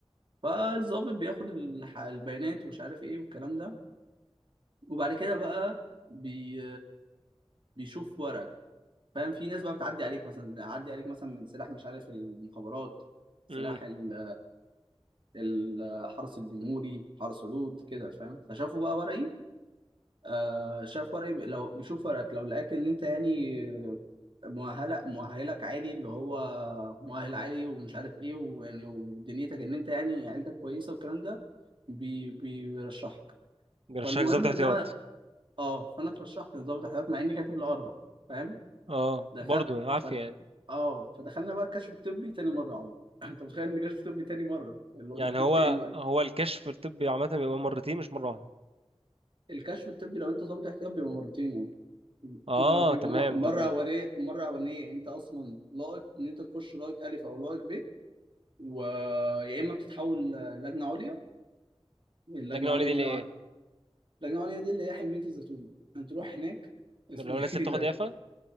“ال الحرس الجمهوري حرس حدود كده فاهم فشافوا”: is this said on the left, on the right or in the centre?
Right